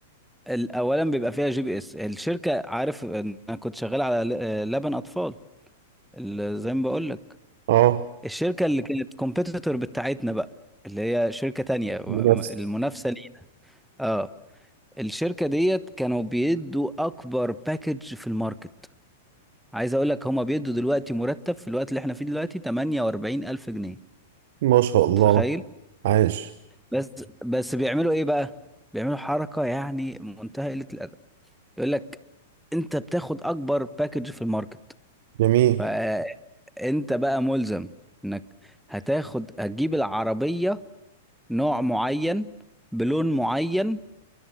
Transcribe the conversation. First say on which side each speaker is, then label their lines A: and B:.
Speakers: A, in the centre; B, on the right.
A: ال- اولا بيبقى فيها جي بي اس الشركه عارف إن انا كنت شغال على ل- آه، لبن اطفال ال- زي ما بقول لك
B: اه
A: الشركه اللي كانت كومبيتيتور بتاعتنا بقى اللي هي شركه تانية م-
B: بنفس
A: المنافسه لينا اه الشركه ديت كانوا بيدوا اكبر باكج في الماركت عايز اقول لك هما بيدوا دلوقتي مرتب في الوقت اللي احنا فيه دلوقتي 48 الف جنيه
B: ما شاء
A: متخيل
B: الله عاش
A: بس بس بيعملوا ايه بقى بيعملوا حركه يعني منتهى قله الادب يقول لك انت بتاخد اكبر باكج في الماركت
B: جميل
A: فانت بقى ملزم انك هتاخد هتجيب العربية نوع معين بلون معين